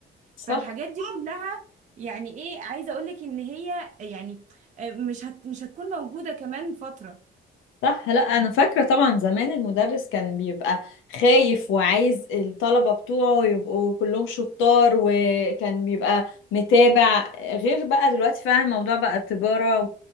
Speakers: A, on the left (about 85°); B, on the right (about 40°).
A: صح
B: فالحاجات دي كلها يعني ايه عايزه اقولك ان هي يعني آه، مش هت مش هتكون موجوده كمان فتره
A: صح لا انا فاكره طبعا زمان المدرس كان بيبقى خايف وعايز الطلبه بتوعه يبقوا كلهم شطار وكان بيبقى متابع غير بقى دلوقتي فعلا الموضوع بقى تجاره